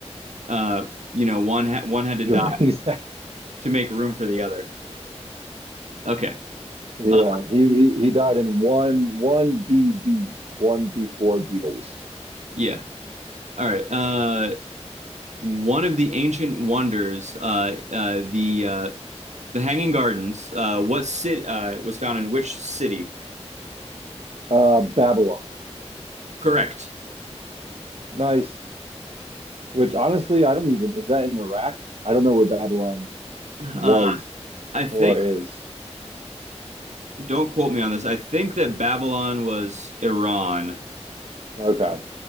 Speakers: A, on the right; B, on the right.
A: Uh, you know, one ha- one had to
B: Sure.
A: die
B: <laughs> Exactly.
A: to make room for the other. Okay.
B: Yeah.
A: Uh,
B: He he, he died in one one B B one before Beatles.
A: yeah. All right. Uh, one of the ancient wonders, uh, uh, the uh, the Hanging Gardens. Uh, what city uh, was found in which city?
B: Uh, Babylon.
A: Correct.
B: Nice. Which honestly, I don't even, is that in Iraq? I don't know where Babylon
A: Uh,
B: was
A: I think,
B: or is.
A: don't quote me on this. I think that Babylon was Iran.
B: Okay.